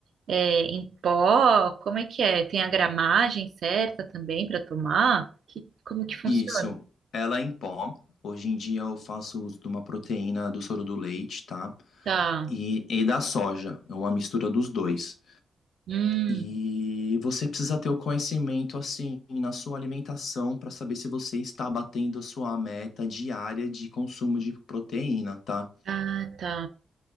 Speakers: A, on the right; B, on the left.
A: é, em pó? Como é que é? Tem a gramagem certa também para tomar? Que, como que funciona?
B: Isso, ela é em pó. Hoje em dia eu faço uso de uma proteína do soro do leite, tá?
A: Tá.
B: E, e da soja, é uma mistura dos dois.
A: Hum.
B: E você precisa ter o conhecimento assim na sua alimentação para saber se você está batendo a sua meta diária de consumo de proteína, tá?
A: Ah, tá.